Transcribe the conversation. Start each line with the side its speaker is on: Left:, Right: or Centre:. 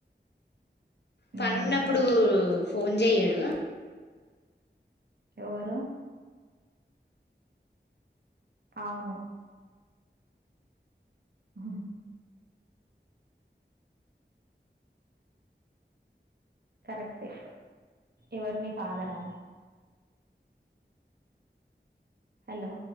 Right: హ్మ్.
Left: పని ఉన్నప్పుడు ఫోన్ చెయ్యడు
Right: ఎవరు ఔను ఆహహ
Left: అ
Right: కరెక్టే ఎవరు మీ ఫాదరా హలో